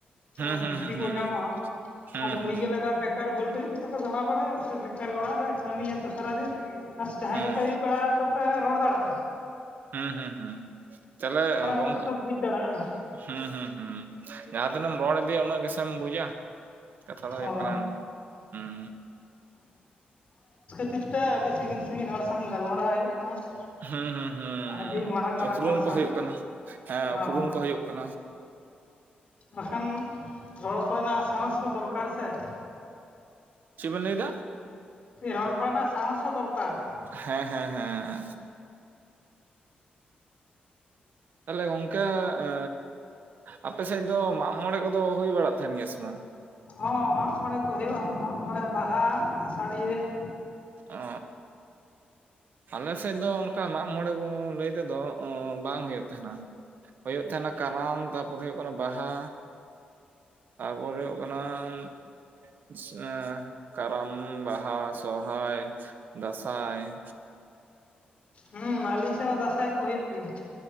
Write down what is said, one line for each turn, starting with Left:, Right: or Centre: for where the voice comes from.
Left: ᱛᱚ
Right: ᱦᱩᱸ ᱦᱩᱸ
Left: ᱵᱩᱫᱽᱫᱷᱤ ᱠᱚ ᱧᱟᱢᱚᱜ-ᱟ
Right: ᱦᱩᱸ
Left: ᱟᱫᱚ
Right: ᱦᱩᱸ ᱦᱩᱸ
Left: ᱩᱱᱤᱜᱮ ᱞᱟᱜᱟ ᱵᱮᱠᱟᱨ ᱵᱟᱹᱞᱴᱟᱹᱭᱤᱡ ᱞᱮᱠᱟᱯᱮ ᱫᱟᱬᱟ ᱵᱟᱲᱟᱭᱟ ᱥᱮ ᱵᱮᱠᱟᱨ ᱜᱮ ᱚᱲᱟᱜ ᱨᱮ ᱠᱟᱹᱢᱤᱭᱟ ᱥᱟᱨᱟᱫᱤᱱ᱾ ᱡᱟᱦᱟᱸᱭ
Right: ᱦᱩᱸ
Left: ᱜᱮᱯᱮ ᱟᱹᱭᱩᱵ ᱵᱮᱲᱟ ᱛᱚᱯᱮ ᱨᱚᱲ ᱫᱟᱲᱮᱜ-ᱟ᱾
Right: ᱦᱩᱸ ᱦᱩᱸ ᱦᱩᱸ, ᱛᱟᱦᱞᱮ ᱜᱚᱝᱠᱮ
Left: ᱠᱚᱫᱚ ᱯᱮ ᱵᱩᱡᱽ ᱫᱟᱲᱮᱭᱟᱜᱼᱟ
Right: ᱦᱩᱸ ᱦᱩᱸ ᱦᱩᱸ, ᱡᱟᱦᱟᱸ ᱛᱤᱱᱟᱹᱜ ᱮᱢ ᱨᱚᱲ ᱤᱫᱤᱭᱟ ᱩᱱᱟᱹᱜ ᱜᱮᱥᱮᱢ ᱵᱩᱡᱟ᱾ ᱠᱟᱛᱷᱟ ᱫᱚ ᱦᱩᱭᱩᱜ
Left: ᱦᱚᱸ
Right: ᱠᱟᱱᱟ ᱚᱱ, ᱦᱩᱸ᱾
Left: ᱛᱤᱨ ᱛᱮ ᱟᱹᱰᱤ ᱥᱟᱺᱜᱤᱧ ᱥᱟᱺᱜᱤᱧ ᱦᱚᱲ ᱥᱟᱝ ᱜᱟᱞᱢᱟᱨᱟᱣ ᱦᱳᱭᱳᱜ ᱠᱟᱱᱟ᱾
Right: ᱦᱩᱸ ᱦᱩᱸ ᱦᱩᱸ
Left: ᱟᱹᱰᱤ ᱢᱟᱨᱟᱝ ᱢᱟᱨᱟᱝ
Right: ᱩᱯᱨᱩᱢ
Left: ᱦᱚᱲ
Right: ᱠᱚ
Left: ᱥᱟᱶ
Right: ᱦᱳᱭᱳᱜ ᱠᱟᱱᱟ ᱦᱮᱸ
Left: ᱦᱚᱸ
Right: ᱩᱯᱨᱩᱢ ᱠᱚ ᱦᱳᱭᱳᱜ ᱠᱟᱱᱟ᱾
Left: ᱵᱟᱠᱷᱟᱱ ᱨᱚᱲ ᱠᱚᱨᱮᱱᱟᱜ ᱥᱟᱦᱚᱥ ᱠᱚ ᱫᱚᱨᱠᱟᱨ ᱥᱮ᱾
Right: ᱪᱮᱜᱵᱮᱱ ᱞᱟᱹᱭᱫᱟ?
Left: ᱨᱚᱲ ᱠᱚᱨᱮᱱᱟᱜ ᱥᱟᱦᱚᱥ ᱦᱚᱸ ᱫᱚᱨᱠᱟᱨ ᱾
Right: ᱦᱮᱸ ᱦᱮᱸ ᱦᱮᱸ, ᱛᱟᱦᱞᱮ ᱜᱚᱝᱠᱮ ᱮ ᱟᱯᱮ ᱥᱮᱫ ᱫᱚ ᱢᱟᱜ ᱢᱚᱬᱮ ᱠᱚᱫᱚ ᱦᱳᱭ ᱵᱟᱲᱟᱜ ᱛᱟᱦᱮᱱ ᱜᱮᱭᱟ ᱥᱮ ᱵᱟᱝ?
Left: ᱦᱚᱸ ᱢᱟᱜ ᱢᱚᱬᱮ ᱠᱚ ᱦᱳᱭᱳᱜᱼᱟ ᱢᱟᱜ ᱢᱚᱬᱮ ᱵᱟᱦᱟ ᱟᱥᱟᱲᱤᱭᱟᱹ ᱾
Right: ᱚ, ᱟᱞᱮ ᱫᱚ ᱚᱱᱠᱟ ᱢᱟᱜ ᱢᱚᱬᱮ ᱵᱚᱱ ᱞᱟᱹᱭ ᱛᱮᱫᱚ ᱵᱟᱝ ᱦᱳᱭᱳᱜ ᱛᱟᱦᱮᱸᱱᱟ᱾ ᱾ ᱦᱳᱭᱳᱜ ᱛᱷᱮᱱᱟ ᱠᱟᱨᱟᱢ ᱛᱟᱯᱚᱨᱮ ᱦᱳᱭᱳᱜ ᱠᱟᱱᱟ ᱵᱟᱦᱟ, ᱛᱟᱯᱚᱨ ᱦᱳᱭᱳᱜ ᱠᱟᱱᱟᱢ, <unintelligible> ᱮᱸ ᱠᱟᱨᱟᱢ, ᱵᱟᱦᱟ, ᱥᱚᱦᱚᱨᱟᱭ, ᱫᱟᱸᱥᱟᱭ ᱾
Left: ᱦᱩᱸ ᱟᱞᱤᱧ ᱥᱮᱜ ᱦᱚᱸ ᱫᱟᱥᱟᱭ ᱠᱚ ᱦᱳᱭᱩᱳᱜ ᱜᱮᱭᱟ